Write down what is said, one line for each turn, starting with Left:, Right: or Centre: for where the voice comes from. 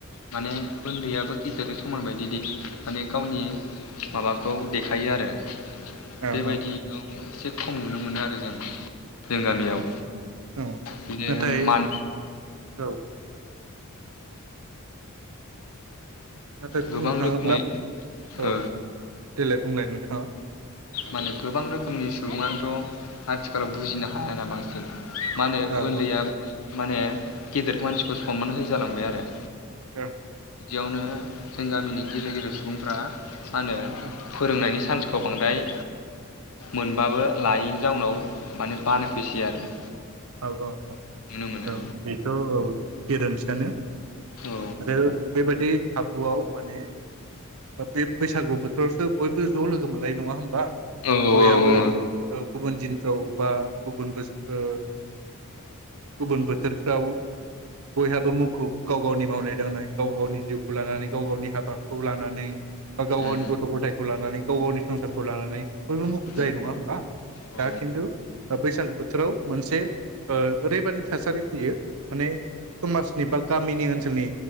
Left: माने उन्दैयाबो गिदिरजों समान बायदि दि माने गावनि माबाखौ देखायो आरो
Right: औ
Left: बेबायदियाव
Right: औ
Left: एसे खम नुनो मो मोनो आरो जों जों गामियाव
Right: औ औ
Left: बिदिनो
Right: नाथाय
Left: मान
Right: औ नाथाय
Left: गोबां
Right: बुंनो थाङोब्ला
Left: रोखोमनि ओ
Right: औ देलाय बुंलाय नोंथां। हो
Left: माने गोबां रोखोमनि सुबुङानोथ आथिखालाव बुजिनो हायाना बांसिन। मा होनो
Right: औ
Left: उन्दैयाबो माने गेदेर मानसिखौ सनमान होयि जालांबाय आरो
Right: ओं
Left: बिदियावनो जों गामिनि गिदिर गिदिर सुबुंफ्रा मा होनो
Right: औ
Left: फोरोंनायनि सान्स खौ बांद्राय मोनबाबो लायैनि जाउनाव माने बानाय फैसै आरो
Right: औ औ औ
Left: नुनो मोनो
Right: औ बेथ औ गेरेन्थि यानो
Left: औ
Right: आरो बेबादि खाबुआव माने बे बैसागु बोथोरावसो बयबो ज लोगो मोनलायो नङा होमबा
Left: औ
Right: बयाबो
Left: औ
Right: ओ गुबुन दिनफ्राव बा गुबुन बोसोर ओ गुबुन बोथोरफ्राव बयहाबो मुखुब गाव गावनि मावनाय दांनाय गाव गावनि जिउखौ लानानै गाव गावनि हाबाखौ लानानै बा गाव
Left: उम
Right: गावनि
Left: उम
Right: गथ गथायखौ लानानै गाव गावनि संसारखौ लानानै बयबो मुखुब जायो
Left: उम
Right: नङा होमबा
Left: औ
Right: दा खिन्थु बैसागो बोथोराव मोनसे ओ ओरैबादि थासारि फैयो माने समाजनि बा गामिनि ओनसोलनि